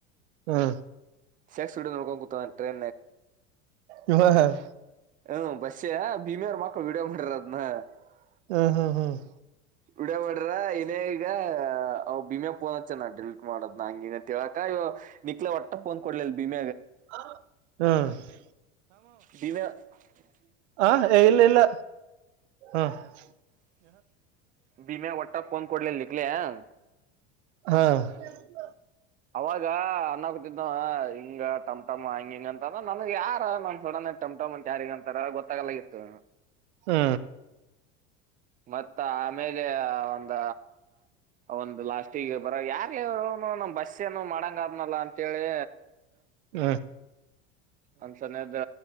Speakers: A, on the right; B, on the right.
A: ಹಾ
B: ಶೆಕ್ಸ್ ನೋಡ ಕುತ ಟ್ರೈ
A: ಯವಹ <unintelligible>
B: ಹೂ ಬಸ್ಯಾ ಭೀಮೆಯಾರ ಮಕ್ಕಳು ವಿಡಿಯೋ ಮಾಡಿರ ಅದನ. <unintelligible>
A: ಹ ಹ ಹ <unintelligible>
B: ವಿಡಿಯೋ ಮಾಡ್ಯಾರ ಏನ ಈಗ ಭೀಮೇ <unintelligible> ಫೋನ್ ಹಚ್ಚ ನಾನ ಡಿಲೀಟ್ ಮಾಡ ಅದನ್ನ ಹಂಗ್ ಹಿಂಗ ಅಂತ ಹೇಳಕ ಇವ ನಿಕ್ಲಲೆ ಒಟ್ಟ ಫೋನ್ ಕೊಡ್ಲಿಲ್ಲ ಬಿಮ <unintelligible>
A: ಹ <unintelligible>
B: ಭೀಮೇ? <unintelligible>
A: ಆ ಇಲ್ಲ ಇಲ್ಲ? <unintelligible> ಹ್ಮ್
B: ಭೀಮ್ಯಾಗ ಒಟ್ಟ ಪೋನ್ ಕೊಡ್ಲಿಲ್ಲ ನಿಖಿಲ್ಯಾ <unintelligible>
A: ಹ <unintelligible>
B: ಅವಾಗ ಅಣಕುತಿದ್ದ ಹಿಂಗ ಟಮ್ ಟಮ್ ಹಂಗ ಹಿಂಗ ಅಂತ ನನಗ ಯಾರ ನನ್ ಸಡನ <unintelligible> ಟಮ್ ಟಮ್ ಅಂತ ಯಾರಿಗ ಅಂತಾರ ಗೊತ್ತಾಗಲ್ಲಾಗಿತ್ತು
A: ಹ್ಮ
B: ಮತ್ತ ಆಮೇಲೆ ಒಂದ ಒಂದು ಲಾಸ್ಟಿಗೆ ಬರ ಯಾರ್ರು ಇವರು ನ್ ಬಸ್ಸ ಏನು ಮಾಡಂಗ ಆದ್ನಲ್ಲ ಅಂತೇಳಿ
A: ಹ್ಮ
B: ಒಂದ್ಸನದ